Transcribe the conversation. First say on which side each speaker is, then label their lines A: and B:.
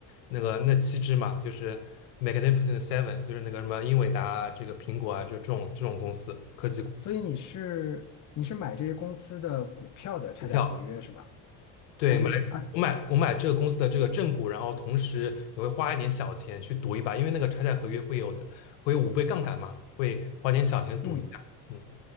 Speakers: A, on the left; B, on the left.
A: 那个那七只嘛，就是 Magnificent Seven，就是那个什么英伟达啊这个苹果啊，就是这种这种公司科技股
B: 所以你是你是买这些公司的股票的差价合约是吗？
A: 股票。对，
B: 还是啊，
A: 买我买我买这个公司的这个正股，然后同时也会花一点小钱去赌一把，因为那个拆债合约会有的会有五倍杠杆嘛，会花点小钱赌一下。
B: 嗯
A: 嗯